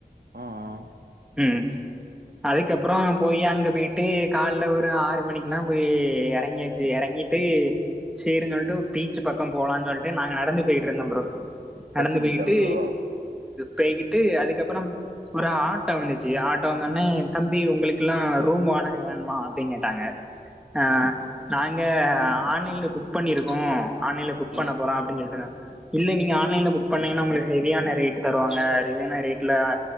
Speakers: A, on the right; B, in the centre.
A: ஆ ஆ ஆ
B: ம் அதுக்கப்றோ போய் அங்க போய் ட்டு கால்ல ஒரு ஆறு மணிக்குலா போய் எறங்கியாச்சு எறங்கிட்டு சேரிசொல்ட்டு பீச்சு பக்கோ போலா சொல்லுட்டு நாங்க நடந்து பேயிட்டு இருந்தோ ப்ரோ நடந்து
A: கொச்சி பீச்சா
B: பேய்யிட்டு
A: ப்ரோ
B: பேய்கிட்டு- அதுக்கப்றோ ஒரு ஆட்டோ வந்துச்சு ஆட்டோ வந்தோடனே தம்பி உங்களுக்குலா ரூம் வாடக வேணுமா அப்டினு கேட்டாங்க ஆ
A: ம்
B: நாங்க ஆன்லைன்ல புக் பண்ணிருக்கோ ஆன்லைன்ல புக்
A: ம்
B: பண்ண போறோ அப்டினு சொல்டோன்ன இல்ல நீங்க ஆன்லைன்ல புக் பண்ணீங்கன்னா உங்களுக்கு ஹெவியான ரேட் தருவாங்க ஹெவியான ரேட்ல